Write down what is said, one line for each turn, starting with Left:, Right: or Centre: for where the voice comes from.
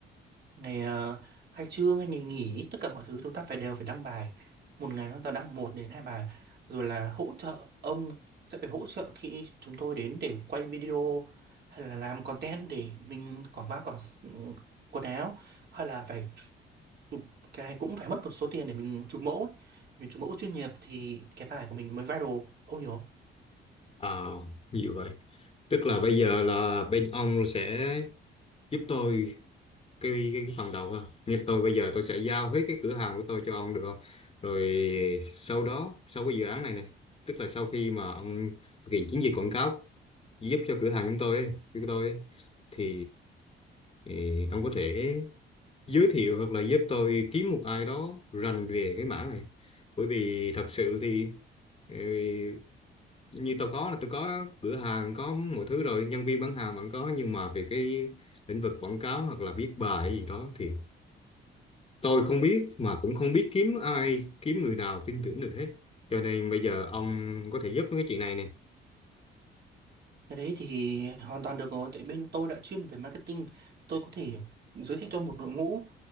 Right: ngày ờ, khai trương hay ngày nghỉ tất cả mọi thứ chúng ta phải đều phải đăng bài một ngày chúng ta đăng một đến hai bài rồi là hỗ trợ ông sẽ phải hỗ trợ khi chúng tôi đến để quay video hay là làm content để mình quảng bá quảng quần áo hay là phải chụp cái này cũng phải mất một số tiền để mình chụp mẫu ấy. Vì chụp mẫu chuyên nghiệp thì cái bài của mình mới viral ông hiểu không?
Left: à, nhiều vậy tức là bây giờ là bên ông sẽ giúp tôi cái, cái cái phần đầu ha như tôi bây giờ tôi sẽ giao hết cái cửa hàng của tôi cho ông được không rồi sau đó sau cái dự án này này tức là sau khi mà ông thực hiện chiến dịch quảng cáo giúp cho cửa hàng chúng tôi ấy, của tôi ấy, thì ì, ông có thể giới thiệu hoặc là giúp tôi kiếm một ai đó rành về cái mảng này bởi vì thật sự thì ừ, như tôi có là tôi có cửa hàng có mọi thứ rồi nhân viên bán hàng vẫn có nhưng mà về cái lĩnh vực quảng cáo hoặc là viết bài hay gì đó thì tôi không biết mà cũng không biết kiếm ai kiếm người nào tin tưởng được hết cho nên bây giờ ông có thể giúp với cái chuyện này nè
Right: Cái đấy thì hoàn toàn được rồi tại bên tôi đã chuyên về marketing tôi có thể giới thiệu cho một đội ngũ